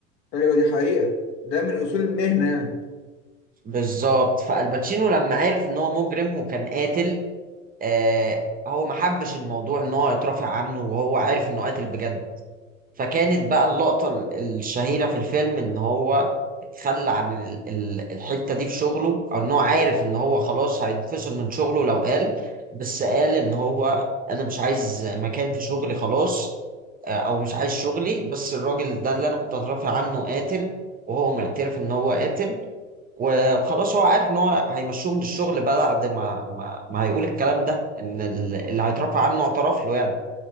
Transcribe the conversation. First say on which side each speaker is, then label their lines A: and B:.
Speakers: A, on the left; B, on the right.
A: ايوه دي حقيقة ده من اصول المهنة يعني
B: بالظبط فالباتشينو لما عرف ان هو مجرم وكان قاتل آه هو ما حبش الموضوع ان هو هيترافع عنه وهو عارف انه قاتل بجد فكانت بقى اللقطة ال- الشهيرة في الفيلم إن هو خلى عن ال- ال- الحتة دي في شغله أو إن هو عارف إن هو خلاص هينفصل من شغله لو قال بس قال إن هو أنا مش عايز مكان في شغلي خلاص آه، أو مش عايز شغلي بس الراجل ده اللي أنا كنت أترافع عنه قاتل وهو معترف إن هو قاتل وخلاص هو عارف إن هو هيمشوه من الشغل بعد ما ما, ما هيقول الكلام ده إن ال- اللي هيترافع عنه اعترف له يعني